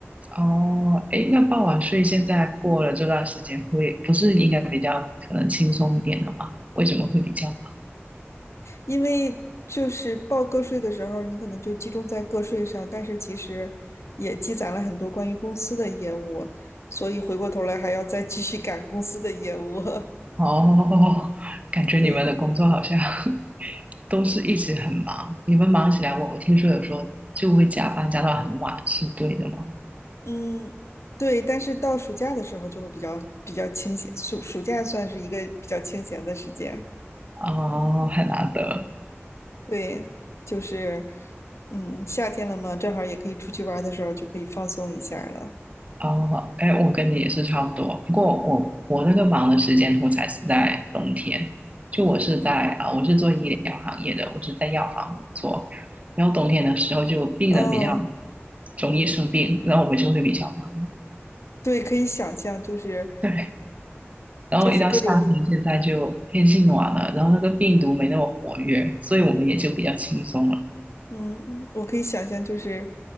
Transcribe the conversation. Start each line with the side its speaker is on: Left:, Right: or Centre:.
Right: 哦，哎，那傍晚睡现在过了这段时间会，不是应该比较可能轻松一点了吗？为什么会比较忙？
Left: <laughs> 因为就是报个税的时候，你可能就集中在个税上，但是其实也积攒了很多关于公司的业务，所以回过头来还要再继续赶公司的业务，
Right: 哦，<laughs> 感觉你们的工作好像
Left: <laughs> 对。
Right: <laughs> 都是一直很忙，你们忙起来，我我听说有时候就会加班加到很晚，是对的吗？
Left: 嗯，对，但是到暑假的时候就会比较比较清闲，暑暑假算是一个比较清闲的时间。
Right: 哦，很难得。
Left: 对，就是，嗯，夏天了嘛，正好也可以出去玩儿的时候就可以放松一下儿了。
Right: 哦，哎，我跟你也是差不多，不过我我那个忙的时间通才是在冬天，就我是在啊、我是做医疗行业的，我是在药房工作，然后冬天的时候就病人比较
Left: 哦，
Right: 容易生病，然后我们就会比较忙，
Left: 对，可以想象，就是
Right: 对，然后一到夏天，
Left: 就是各种，
Right: 现在就天气暖了，然后那个病毒没那么活跃，所以我们也就比较轻松了，
Left: 嗯，我可以想象，就是